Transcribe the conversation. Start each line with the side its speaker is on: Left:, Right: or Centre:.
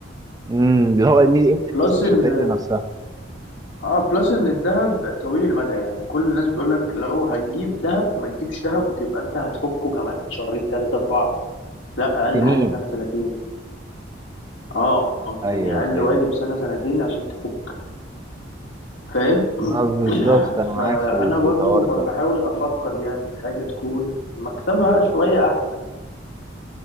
Right: امم اللي هو إن قيمة الفلوس
Left: بلس
Right: مش
Left: ان
Right: هتقل نفسها
Left: اه بلس ان الذهب طويل المدى يعني كل الناس بتقول لك لو هتجيب ذهب ما تجيبش ذهب وتبقى انت هتفكه كمان شهرين ثلاثة أربعة لا اقل
Right: تنين
Left: حاجه سنه سنتين اه
Right: أيوه
Left: يعني اقل
Right: أيوه
Left: واجب سنه سنتين عشان تفك فاهم
Right: ما بالظبط
Left: <clears throat>
Right: أنا معاك
Left: فانا
Right: في ال-
Left: برضو
Right: في الحوار
Left: ب-
Right: ده
Left: بحاول افكر يعني في حاجه تكون مكسبها شويه احسن يعني